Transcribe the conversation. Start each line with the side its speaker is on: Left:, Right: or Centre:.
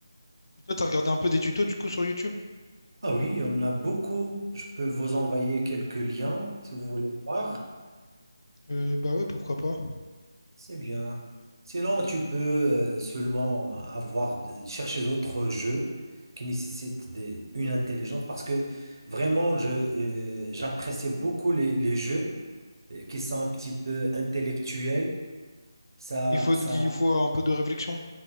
Left: Et Toi, t'as regardé un peu des tutos, du coup, sur YouTube?
Right: Ah oui, il y en a beaucoup. Je peux vous envoyer quelques liens si vous voulez voir.
Left: Euh, bah ouais, pourquoi pas.
Right: C'est bien. Sinon, tu peux euh, seulement avoir chercher d'autres jeux qui nécessitent des- une intelligence parce que vraiment, je, euh, j'apprécie beaucoup les, les jeux euh, qui sont un petit peu intellectuels. Ça,
Left: Il faut,
Right: ça,
Left: il faut un peu de réflexion.